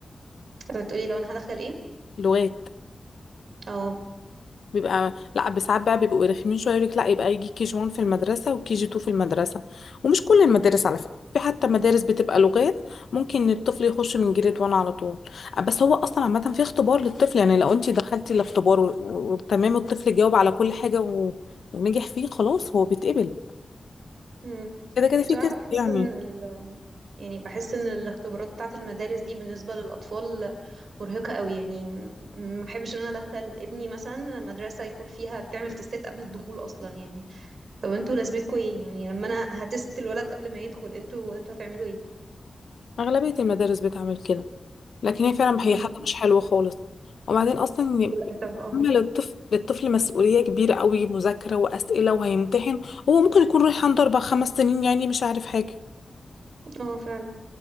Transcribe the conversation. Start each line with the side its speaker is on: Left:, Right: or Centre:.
Right: بتقولي لو انا هدخل ايه
Left: لغات
Right: اه
Left: بيبقى لا ساعات بقى بيبقوا رخمين شويه يقولك لا يبقى يجي كي جي 1 في المدرسه وكي جي 2 في المدرسه ومش كل المدارس على فكره في حتى مدارس بتبقى لغات ممكن الطفل يخش من جريد 1 على طول بس هو اصلا عامه في اختبار للطفل يعني لو انت دخلتي الاختبار و- و- وتمام الطفل جاوب على كل حاجه و... ونجح فيه خلاص هو بيتقبل
Right: مم.
Left: كده كده في
Right: بصراحة
Left: تيست
Right: بحس
Left: يعني
Right: إن ال يعني بحس إن الاختبارات بتاعة المدارس دي بالنسبة للأطفال مرهقة قوي يعني م- ما أحبش إن أنا أدخل ابني مثلا مدرسة يكون فيها بتعمل تستات قبل الدخول أصلا يعني طب انتوا لازمتكوا إيه يعني لما أنا هتست الولد قبل ما يدخل انتوا انتوا هتعملوا إيه؟
Left: اغلبيه المدارس بتعمل كده لكن هي فعلا
Right: <laughs>
Left: هي
Right: مم.
Left: حاجة مش حلوة خالص وبعدين أصلا ي-
Right: للأسف اه
Left: أما للطفل للطفل مسؤولية كبيرة قوي مذاكرة وأسئلة وهيمتحن هو ممكن يكون رايح عنده أربع خمس سنين يعني مش عارف حاجة
Right: اه فعلا